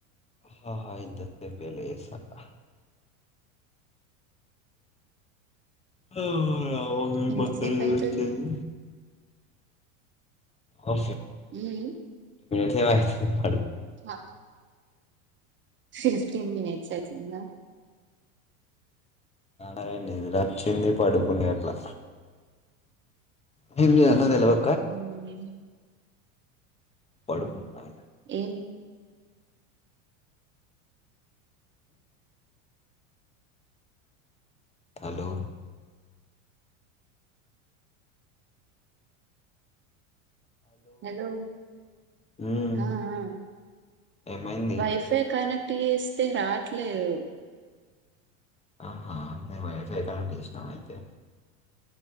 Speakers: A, on the left; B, on the right.
A: హా ఆయింతర్వతే పెళ్లి చేస్కంట ఓ అవును గాని
B: ఎంతసేపు
A: మా అక్క ఎందుకు లేవట్లేదు
B: అవుతుంది
A: ఔ సే
B: హుమ్ హు
A: యా
B: హ ఫిఫ్టీన్ మినిట్స్ వచ్చిందా
A: ఆడ నిదురచ్చింది పడుకున్న అట్లా హే మీ అన్న దెలువద్
B: మ్మ్
A: పడుకున్నా
B: ఏం
A: హలో
B: హలో
A: ఉమ్
B: ఆ ఆ
A: ఏమైంది
B: వైఫై కనెక్ట్ ట్ ఏస్తే రాట్లేదు
A: ఆహా నీ వైఫై కి ఆన్ చేసినవా అయితే